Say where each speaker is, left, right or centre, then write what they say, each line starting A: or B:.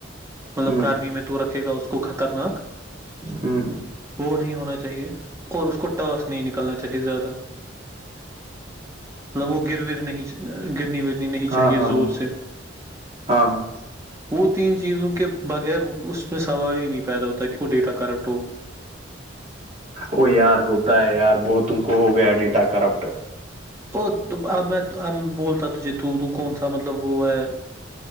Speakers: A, on the right; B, on the right.
A: مطلب
B: ہ ہ
A: گرمی میں تو رکھے گا اس کو خطرناک
B: ہوں
A: وہ نہیں ہونا چاہیے اور اس کو ٹ نہیں نکلنا چاہیے زیادہ مطلب وہ گرر نہیں گرنی ورنی نہیں
B: ہاں
A: چاہیے
B: ہاں
A: زور
B: ہاں
A: سے
B: ہاں ہاں
A: وہ تین چیزوں کے بغیر اس میں سوال ہی نہیں پیدا ہوتا کہ وہ ڈیٹا کرپٹ ہو
B: وہ یار ہوتا ہے یار بہتم کو ہو گیا ڈیٹا کرپٹ
A: او اب میں اب بولتا تجھے تو تو کون سا مطلب وہ ہے